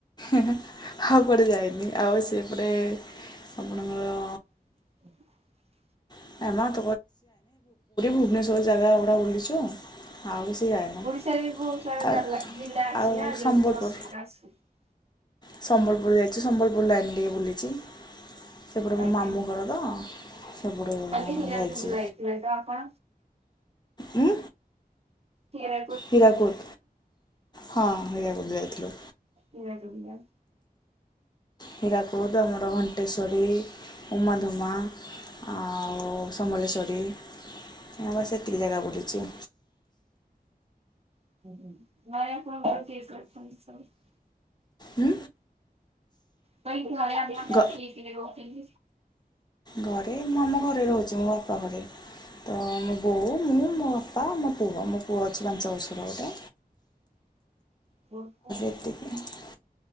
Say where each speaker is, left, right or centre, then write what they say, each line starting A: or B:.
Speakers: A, on the left; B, on the right.
A: ଆଉ କୁଆଡ଼େ ଯାଇନି। ଆଉ ସେପଟେ ଆପଣଙ୍କର
B: <inaudible>
A: <unintelligible> ପୁରୀ, ଭୁବନେଶ୍ୱର ଜାଗା ଗୁଡ଼ା ବୁଲିଛୁ। ଆଉ କିଛି ଯାାଇନୁ। ସ
B: ଓଡିଶାରେ ବି ବହୁତ ସାରା
A: ଆଉ
B: ଜାଗା ଜିଲ୍ଲା ଅଛି
A: ଆଉ
B: ନା ଯୋଉଠି
A: ସମ୍ବଲପୁର।
B: <unintelligible>
A: ସମ୍ବଲପୁର ଯାଇଛୁ। ସମ୍ବଲପୁର ଲାଇନ ଟିକେ ବୁଲିଛି। ସେପଟେ ମୋ
B: ଆଜ୍ଞା
A: ମାମୁଁ ଘର ତ। ସେପଟେ
B: <unintelligible> ତ
A: ଯାଇଛି
B: ଆପଣ?
A: ହୁଁ?
B: ହୀରା
A: ହୀରାକୁଦ? ହଁ, ହୀରାକୁଦ ଯାଇଥିଲୁ।
B: ହୀରାକୁଦ ଡ୍ୟାମ।
A: ହୀରାକୁଦ, ଆମର ଘଣ୍ଟେଶ୍ଵରୀ ଉମାଧୁମା ଆଉ ସମଲେଶ୍ୱରୀ ଆଉ ବାସ୍ ଏତିକି ଜାଗା ବୁଲିଛି।
B: <inaudible>
A: ହୁଁ?
B: ମୁଁ କହିଲି ଘରେ ଆପଣଙ୍କର
A: ଘ
B: କିଏ କିଏ ରୁହନ୍ତି?
A: ଘରେ ମୁଁ ଆମ ଘରେ ରହୁଛି, ମୋ ବାପା ଘରେ। ତ ମୋ ବୋଉ, ମୁଁ, ମୋ ବାପା, ମୋ ପୁଅ। ମୋ ପୁଅ ଅଛି ପାଞ୍ଚ ବର୍ଷ ର ଗୋଟେ।
B: ଭଲ
A: <unintelligible>